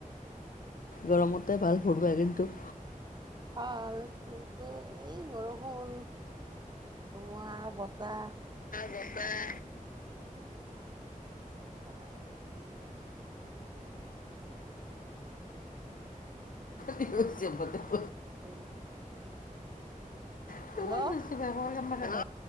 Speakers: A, on the left; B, on the right.
A: গৰমতে ভাল ফুৰিব কিন্তু।
B: ভাল কিন্তু এই বৰষুণ ধুমুহা বতাহ
A: বাপা <unintelligible>
B: এইবিলাক আহে
A: নি চ বত <unintelligible>
B: কৰিলে।
A: উ।
B: হেল্ল'।
A: গামাক <unintelligible>